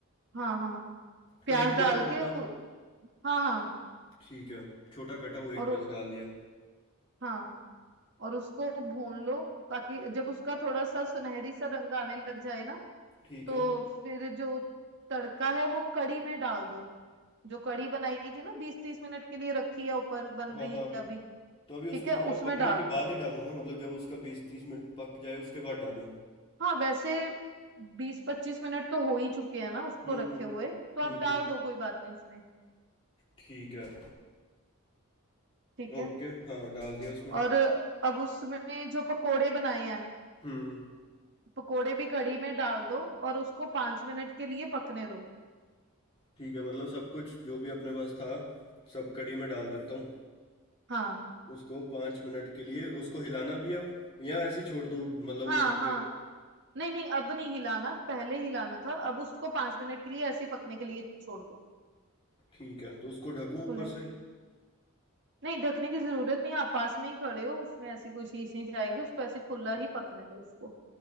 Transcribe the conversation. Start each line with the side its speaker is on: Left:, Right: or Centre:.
Right: हाँ हाँ प्याज
Left: तो एक प्याज
Right: डाल
Left: बहुत
Right: के हाँ
Left: है
Right: हाँ
Left: ठीक है छोटा कटा हुआ एक
Right: और
Left: प्याज डाल दिया
Right: हाँ और उसको भून लो ताकि जब उसका थोड़ा सा सुनहरी सा रंग आने लग जाए ना
Left: ठीक
Right: तो
Left: है
Right: फिर जो तड़का है वो कड़ी में डाल दो जो कड़ी बनाई थी ना बीस तीस मिनट के लिए रखी है ऊपर बन
Left: हाँ
Right: रही
Left: हाँ
Right: है अभी
Left: तो अभी
Right: ठीक
Left: उसको
Right: है
Left: थोड़ा
Right: उसमें
Left: पकने
Right: डाल
Left: के
Right: दो
Left: बाद ही डालूं ना मतलब जब उसका बीस तीस मिनट पक जाए उसके बाद डालूं
Right: हाँ वैसे बीस पच्चीस मिनट तो हो ही चुके हैं ना उसको
Left: हम्म
Right: रखे
Left: हम्म
Right: हुए तो
Left: हम्म
Right: आप डाल
Left: हम्म,
Right: दो कोई बात नहीं उसमें
Left: ठीक है
Right: ठीक
Left: ओके
Right: है
Left: हाँ डाल दिया उसमें
Right: और अब उसमें जो पकोड़े बनाए हैं
Left: हम्म
Right: पकोड़े भी कड़ी में डाल दो और उसको पांच मिनट के लिए पकने दो
Left: ठीक है मतलब सब कुछ जो भी अपने पास था सब कढ़ी में डाल देता हूँ
Right: हाँ
Left: उसको पाँच मिनट के लिए उसको हिलाना भी है अब या ऐसे ही छोड़ दो मतलब
Right: हाँ
Left: ऊपर
Right: हाँ
Left: से
Right: नहीं नहीं अब नहीं हिलाना पहले हिलाना था अब उसको पांच मिनट के लिए ऐसे ही पकने के लिए छोड़ दो
Left: ठीक है तो उसको ढकूं
Right: खुला
Left: ऊपर
Right: ही
Left: से
Right: ठीक नहीं ढकने की जरूरत नहीं आप पास में ही खड़े हो उसमें ऐसी कोई चीज नहीं जाएगी उसको ऐसे खुला ही पकने दो उसको